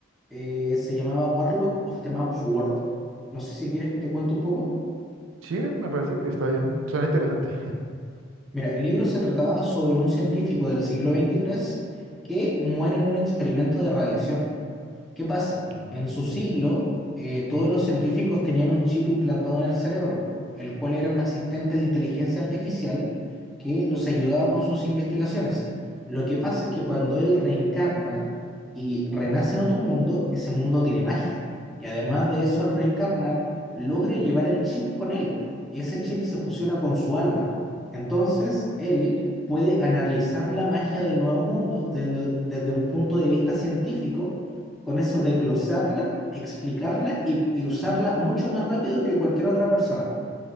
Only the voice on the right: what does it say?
Sí, me parece que está bien. Suena interesante.
<laughs> Ujú.